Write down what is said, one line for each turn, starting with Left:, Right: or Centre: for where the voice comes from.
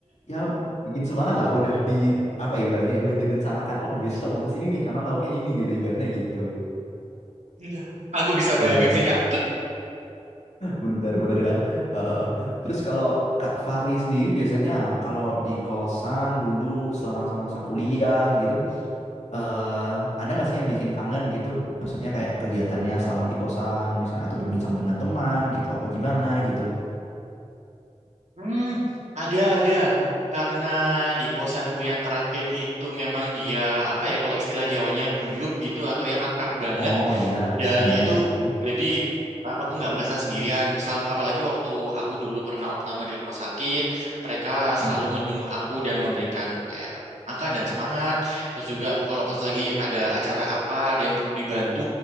Left: ya bikin semangat lah udah di apa ya, ibaratnya ya udah direncanakan oh besok mau ke sini nih karena lauknya ini gitu ibaratnya gitu
Right: Iya. Aku bisa bayangin
Left: iya
Right: sih,
Left: iya.
Right: Kak.
Left: <laughs> bener-bener kan Eh, terus kalau Kak Fari sendiri biasanya kalau di kosan dulu selama masa kuliah gitu eh ada nggak sih yang bikin kangen gitu maksudnya kayak kegiatannya selama di kosan misalnya atau berbincang dengan teman gitu apa gimana gitu
Right: Hmm, ada, ada. Karena di kosanku yang terakhir itu memang dia, apa ya, kalau istilah Jawanya guyup gitu, atau yang akrab banget.
Left: oh iya
Right: Dan
Left: benar
Right: itu,
Left: Mm.
Right: jadi a- aku nggak merasa sendirian. Misal, apalagi waktu aku dulu pernah opname di rumah sakit, mereka selalu
Left: Mm-mm.
Right: menjenguk aku dan memberikan kayak angka dan semangat. Terus juga kalau pas lagi ada acara apa, ada yang perlu dibantu,